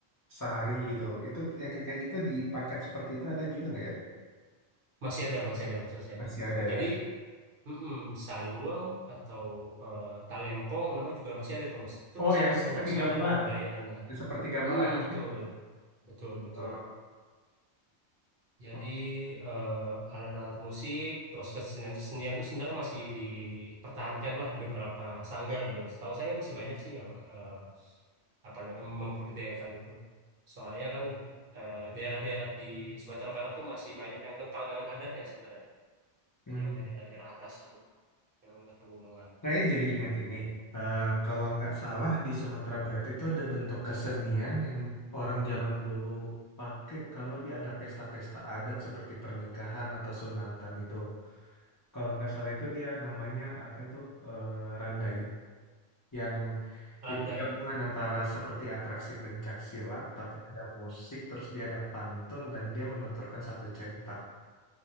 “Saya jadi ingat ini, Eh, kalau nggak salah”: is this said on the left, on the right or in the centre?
Left